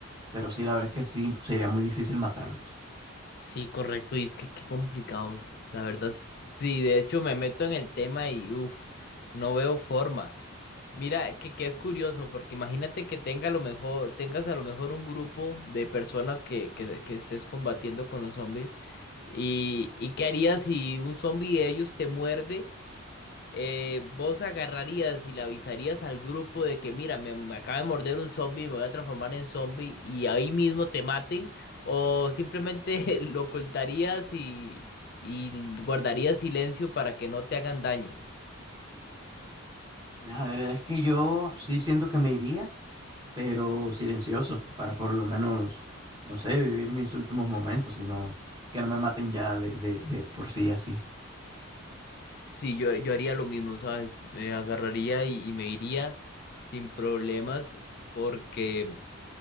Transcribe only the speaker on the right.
Pero sí, la verdad es que sí, sería muy difícil matarlos.
La verdad es que yo sí siento que me iría. pero silencioso, para por lo menos, no sé, vivir mis últimos momentos, sino que no me maten ya de, de, de por sí así.